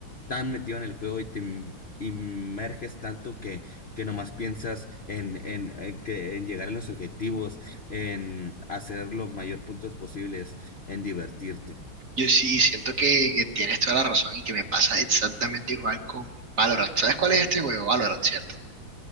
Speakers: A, on the left; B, on the right.
A: tan metido en el juego y te im- inmerges tanto que, que nomás piensas en, en, en que, en llegar a los objetivos, en hacer los mayor puntos posibles, en divertirte.
B: Yo sí siento que, que tienes toda la razón y que me pasa exactamente igual con Valorant. ¿Sabes cuál es este juego? Valorant, ¿cierto?